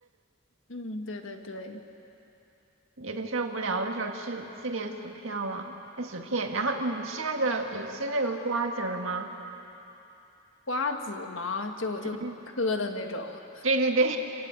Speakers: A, on the left (about 70°); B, on the right (about 75°).
A: 嗯，对对对，
B: 有的时候无聊的时候吃吃点薯片啊，哎薯片，然后你吃那个有吃那个瓜子儿吗？
A: 瓜子嘛，就就嗑的那种。
B: 嗯，<laughs> 对对对，